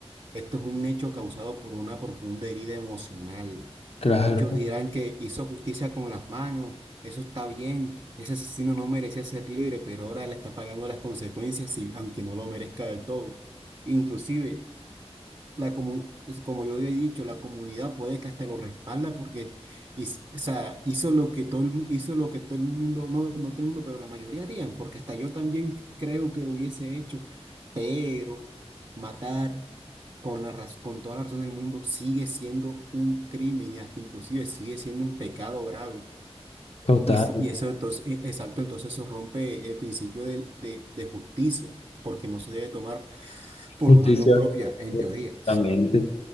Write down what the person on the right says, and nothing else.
esto es un hecho causado por una profunda herida emocional.
Muchos dirán que hizo justicia con las manos, eso está bien, ese asesino no merecía ser libre, pero ahora le está pagando las consecuencias, si- aunque no lo merezca del todo. Inclusive, la comu- pues, como yo he dicho, la comunidad puede que hasta lo respalda porque hiz- o sea, hizo lo que todo el, mu- hizo lo que todo el mundo, no, no todo el mundo, pero la mayoría harían, porque hasta yo también creo que lo hubiese hecho, pero matar con la raz- con toda la razón del mundo sigue siendo un crimen y hasta inclusive sigue siendo un pecado grave.
Y, si- y eso entonces, e- exacto, entonces eso rompe el principio del- de, de justicia, porque no se debe tomar por
mano propia, en
teoría.